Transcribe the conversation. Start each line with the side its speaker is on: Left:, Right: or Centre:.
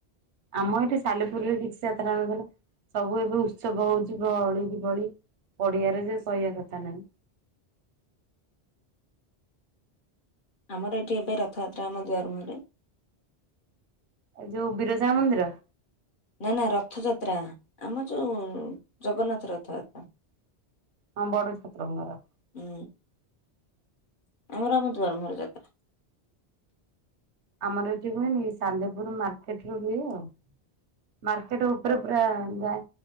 Right: ଆମ ଏଠି ସାଲେପୁରୀରେ କିଛି ଯାତ୍ରା ନଥିଲା। ସବୁ ଏବେ ଉତ୍ସବ ହଉଛି ଭଳି କି ଭଳି ପଡିଆରେ ସେ କହିବା କଥା ନାହିଁ।
Left: ଆମର ଏଠି ଏବେ ରଥଯାତ୍ରା ଆମ ଦୁଆର ମୁହଁରେ।
Right: ଆଉ ଯୋଉ ବିରଜା ମନ୍ଦିର।
Left: ନା ନା ରଥଯାତ୍ରା ଆମ ଯୋଉ ଜଗନ୍ନାଥ ରଥଯାତ୍ରା।
Right: ହଁ ବଡ ଠାକୁରଙ୍କର।
Left: ହୁଁ ଆମର ଆମ ଦୁଆର ମୁହଁରେ ଯାତ୍ରା।
Right: ଆମର ଏଠି ହୁଏନି ସାଲେପୁର ମାର୍କେଟ ରୁ ହୁଏ ଆଉ। ମାର୍କେଟ ଉପରେ ପୁରା ଯାଏ